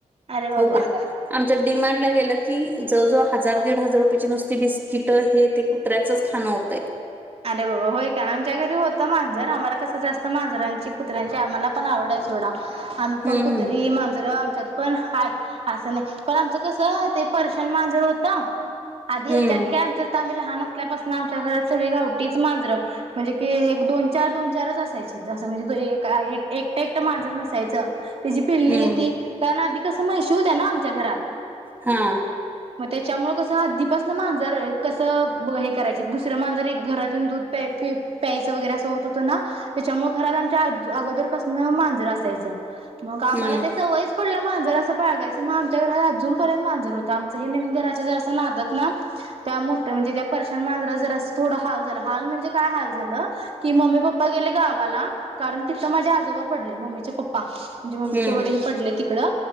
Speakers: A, on the right; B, on the right.
A: अरे
B: खाऊ
A: बाबा
B: देत. आमच्या डी मार्ट ला गेलं की, ज जो हजार दीड हजार रुपयाेची नुसती बिस्किट, हे ते नुसत कुत्र्याचच खाणं होतंय.
A: अरे बाबा, होय काय, आमच्या घरी होतं मांजर, आम्हाला कसं जास्त मांजरांची, कुत्र्यांची, आम्हाला पण आवड आहे सोडा, आम्ही
B: हम्म
A: पण कुतरी, मांजरं, आमच्यात पण हाय. असं नाही, पण आमचं कस ते पर्शियन मांजर होतं, आधी,
B: हम्म
A: याच्या आधी काय आम्ही लहान असल्यापासन, आमच्या घरात सगळी गावटीच मांजरं म्हणजे कि एक दोन, चार, दोन, चारच असायचे, असं म्हणजे एकटं एकटं मांजरं नसायचं. तची पिल्ली
B: हम्म
A: ती, कारण आधी कसं म्हैशी होत्या ना आमच्या घरात.
B: हा.
A: मग त्याच्यामुळे कसं आधीपासन मांजर, कसं हे करायचीत, दुसरं मांजर एक घर दूध प्या प्यायचं वगैरे, असं होत होतं ना त्याच्यामुळे घरात आमच्या अगोदर पासन मांजरं असायचं, मग आम्हाला
B: हम्म
A: ते सवय पडल्या मांजर असं बाळगायचं, मग आमच्या घरात अजूनपर्यंत मांजर होतं, आमचं हे नवीन घराच्या जरासं नादात ना <unintelligible> <inaudible> त्या मोठ म्हणजे त्या पर्शन मांजरा जर थोडं हाल झालं, हाल म्हणजे काय हाल झालं, कि मम्मी पप्पा प्पा गेले गावाला, कारण तिथं माझे आजोबा पडले, मम्मीचे पप्पा. म्हणजे मम्मीचे
B: हम्म
A: वडील पडले तिकडं